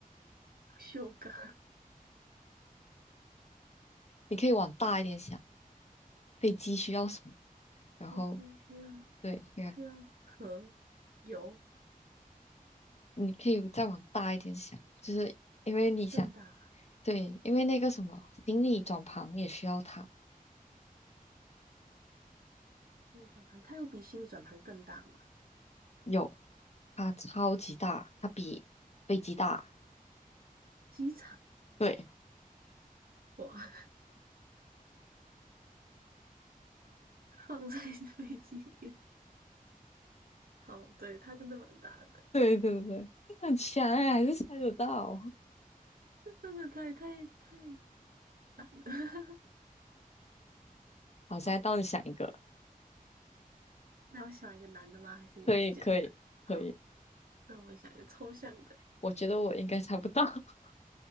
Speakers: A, on the right (about 80°); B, on the left (about 45°).
A: 不锈钢，
B: 你可以往大一点想，飞机需要什么？
A: <laughs>
B: 然后，
A: 飞机需要
B: 对，你看
A: 需要壳、油，
B: 你可以再往大一点想，就是因为你想
A: 还更大。
B: 对，因为那个什么行李转盘也需要它，
A: 心力转盘，它有比心力转盘更大吗？
B: 有，它超级大，它比飞机大。
A: 机场
B: 对，
A: 哇，<laughs> 放在飞机里面。好，对，它真的蛮大的，
B: <laughs> 对对对，很强哎，还是猜得到。
A: <laughs> 这真的太太太 <laughs>
B: 好，现在到底想一个，
A: 好。那我想一个难的吗？还是你要简单？
B: 可以可以可以，
A: 好，那我们想一个抽象的。
B: 我觉得我应该猜不到。<laughs>